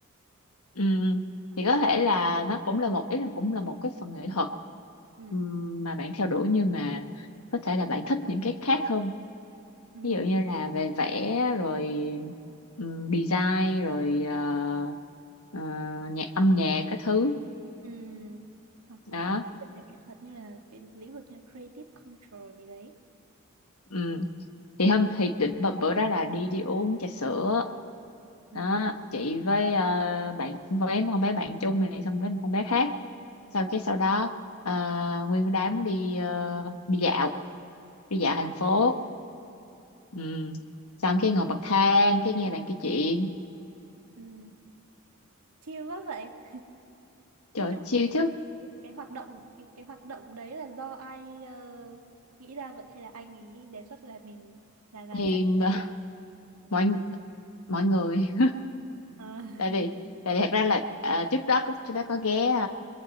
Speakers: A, on the left (about 80°); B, on the right (about 85°).
A: ừ ừ.
B: À,
A: thì
B: không.
A: có thể là nó cũng là một ý là cũng là một cái phần nghệ thuật
B: Ừ.
A: ừm, mà bạn theo đuổi nhưng mà có thể là bạn thích những cái khác hơn
B: Ừ.
A: ví dụ như là về vẽ rồi ừm, design rồi ờ, ờ, nhạc âm nhạc các thứ
B: Ừm, hoặc
A: đó
B: họ rất là thiên về nghệ thuật như là cái lĩnh vực như là creative control gì đấy
A: ừ. thì hôm thì định bập bữa đó là đi đi uống trà sữa
B: Ừm,
A: đó chị với ờ, bạn với bé con bé bạn chung này xong với một con bé khác sau cái sau đó ờ, nguyên đám đi ờ, đi dạo đi dạo
B: đi
A: thành
B: dạo
A: phố
B: Ừm,
A: ừ. xong cái ngồi bậc thang cái nghe bạn kể chuyện
B: ừm, chill quá vậy
A: trời
B: nói chung
A: siêu
B: là
A: chứ
B: cái, cái hoạt động cái, cái hoạt động đấy là do ai ờ, nghĩ ra vậy hay là anh ấy đề xuất là mình là là
A: thì
B: cách
A: <laughs> mọi mọi người
B: à,
A: tại vì
B: <laughs>
A: tại vì thật ra là ờ, trước đó chúng ta có ghé ờ,